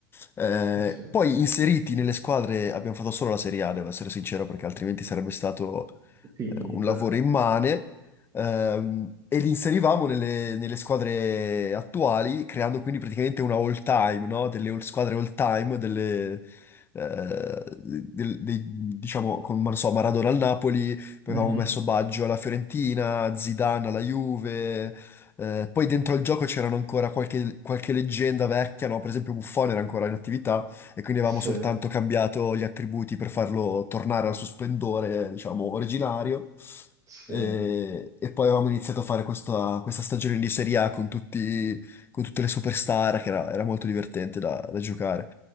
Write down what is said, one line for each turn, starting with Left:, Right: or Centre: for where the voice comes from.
Left: Eh,
Right: Ah, sì.
Left: poi inseriti nelle squadre abbiamo fatto solo la Serie A, devo essere sincero, perché altrimenti sarebbe stato
Right: Finito.
Left: eh, un lavoro immane. Ehm, e li inserivamo nelle, nelle squadre attuali, creando quindi praticamente una all time, no? Delle all- squadre all time, delle, eh, del- dei- diciamo, con non so, Maradona al Napoli, poi
Right: Mhm.
Left: avevamo messo Baggio alla Fiorentina, Zidane alla Juve, eh, poi dentro al gioco c'erano ancora qualche, qualche leggenda vecchia, no? Per esempio Buffon era ancora in attività e quindi
Right: Sì,
Left: avevamo soltanto cambiato gli attributi per farlo tornare al suo splendore, diciamo, originario.
Right: sì,
Left: E, e poi avevamo iniziato a fare questa, questa stagione di Serie A con tutti, con tutte le superstar, che era, era molto divertente da, da giocare.